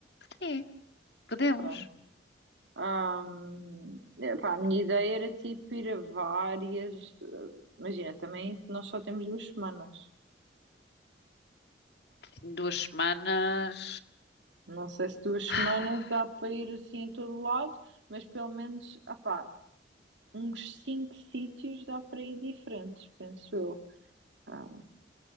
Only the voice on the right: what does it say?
Pronto. Ahm, epá, a minha ideia era tipo ir a várias. eh, Imagina, também nós só temos duas semanas.
Não sei se duas semanas
dá para ir assim a todo lado, mas pelo menos, ah pá, uns cinco sítios dá para ir diferentes, penso eu. Ah,